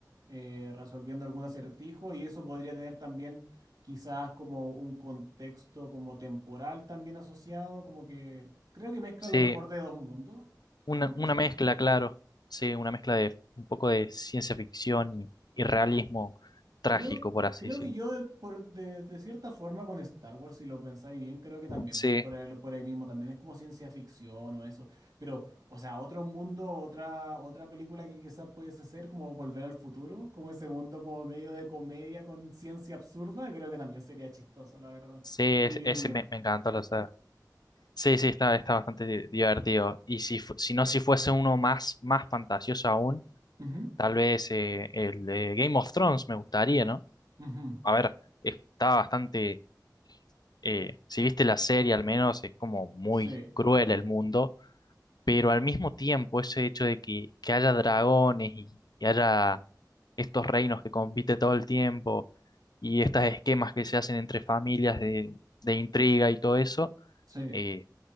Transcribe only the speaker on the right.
eh, resolviendo algún acertijo y eso podría tener también quizás como un contexto como temporal también asociado, como que creo que mezcla
lo mejor de dos mundos,
como quizás.
Creo, que-
creo
que yo de, por, de, de cierta forma con Star Wars, si lo pensáis bien, creo que también
voy por ahí, por ahí mismo, también es como ciencia ficción o eso, pero, o sea, otro mundo, otra, otra película que quizás pudiese ser como Volver al Futuro, como ese mundo como medio de comedia con ciencia absurda, creo que también sería chistoso, la verdad,
vivirlo.
Ujú,
ujú,
Sí,
sí.